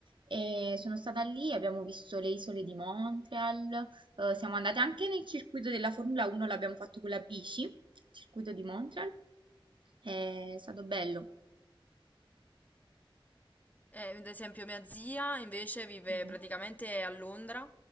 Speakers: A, on the right (about 60°); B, on the left (about 20°).
A: E sono stata lì, abbiamo visto le isole di Montreal, eh, siamo andate anche nel circuito della Formula 1, l'abbiamo fatto con la bici, circuito di Montreal, è stato bello.
B: Eh, ad esempio, mia zia invece vive
A: Mhm.
B: praticamente a Londra